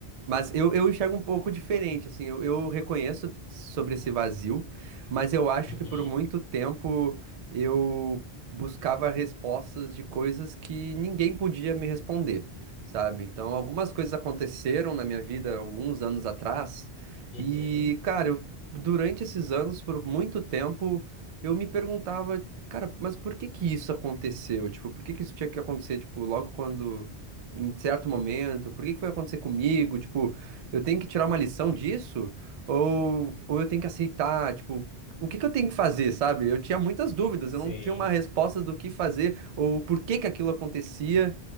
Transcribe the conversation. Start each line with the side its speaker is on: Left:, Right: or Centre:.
Right: mas eu, eu enxergo um pouco diferente, assim, eu, eu reconheço sobre esse vazio, mas eu acho
Left: Uhum.
Right: que por muito tempo eu buscava respostas de coisas que ninguém podia me responder, sabe? Então, algumas coisas aconteceram na minha vida alguns anos atrás,
Left: Uhum.
Right: e, cara, eu, durante esses anos, por muito tempo, eu me perguntava, cara, mas por que que isso aconteceu? Tipo, por que que isso tinha que acontecer, tipo, logo quando. Em certo momento, por que que foi acontecer comigo? Tipo, eu tenho que tirar uma lição disso? Ou, ou eu tenho que aceitar, tipo, o que que eu tenho que fazer, sabe? Eu tinha muitas dúvidas,
Left: Sim,
Right: eu não tinha uma resposta do que fazer ou por que que aquilo acontecia.